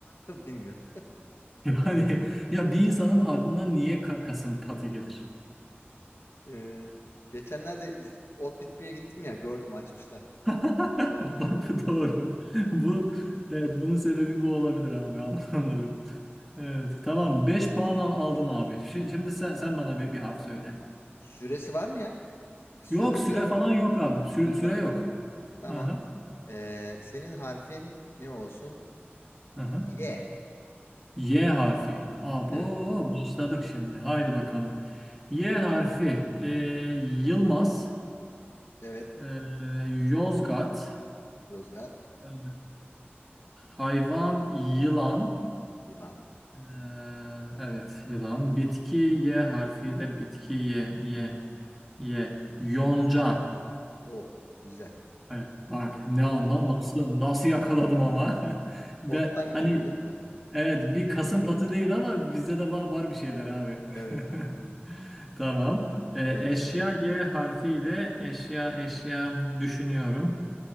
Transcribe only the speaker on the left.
<laughs> Bilmiyorum.
Ee, geçenlerde ot bitmeye gittim ya gördüm açmışlar.
Ee,
süresi var mı ya? Bir sürede
mi cevap
vermem?
Süre
falan
yok. Tamam.
Ee, senin harfin ne olsun?
Y.
Evet.
Evet.
Yozgat.
Yılan.
O. Güzel.
Ottan
geldin değil mi sen de buraya?
Evet.
Yonca
tamam.